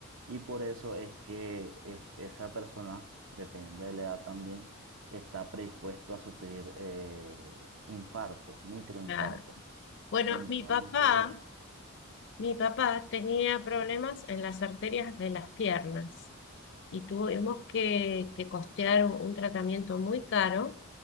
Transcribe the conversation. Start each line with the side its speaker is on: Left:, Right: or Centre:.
Right: Y por eso es que es- esa persona, dependiendo de la edad también, está predispuesto a sufrir eh, infartos, microinfartos.
Left: Ah, Bueno,
Right: Entonces,
Left: mi papá Mi papá tenía problemas en las arterias de las piernas y tuvimos que, que costear un, un tratamiento muy caro